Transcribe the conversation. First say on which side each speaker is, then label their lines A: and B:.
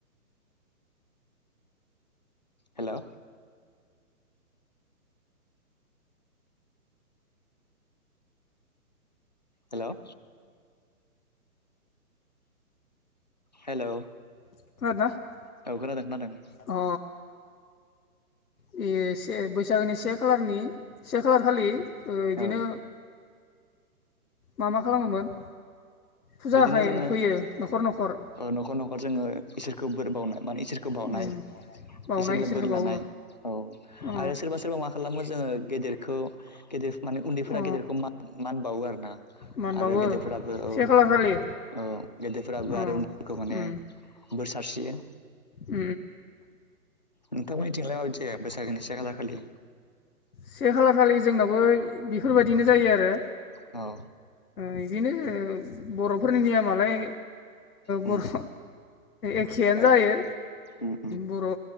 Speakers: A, on the left; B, on the left.
A: हेल' हेल' हेल'
B: <unintelligible>
A: औ खोनादों खोनादों
B: अ बे से बैसागोनि से खालारनि से खालार खालि बिदिनो
A: औ
B: मा मा खालामोमोन फुजा
A: बिदिनो
B: हो
A: जोङो
B: होयो न'खर न'खर
A: न'खर न'खर जोङो इसोरखौ बोर बावनाय माने इसोरखौ बावनाय
B: उम बावनाय
A: इसोरनिफ्राय
B: इसोरखौ
A: बोर लानाय
B: बावो
A: औ
B: अ
A: आरो सोरबा सोरबा मा खालामो जोङो गेदेरखौ गेदेर माने उन्दैफोरा
B: अ
A: गेदेरखौ मा मान बावो आरो ना
B: मान बावो
A: आरो गेदेरफोराबो औ
B: से खालार खालि
A: औ गेदेरफोर आगुव
B: अ
A: आरो उखौ माने
B: उम
A: बोर सारस्रियो
B: उम
A: नोंथां मिथिंलाय माब ज बैसागोनि से खाला खालि
B: से खालार खालि जोंनावबो बेफोरबायदिनो जायो आरो
A: औ
B: बिदिनो बर'फोरनि नियमालाय
A: उम
B: बर' एखेयानो
A: औ
B: जायो
A: उम
B: बर'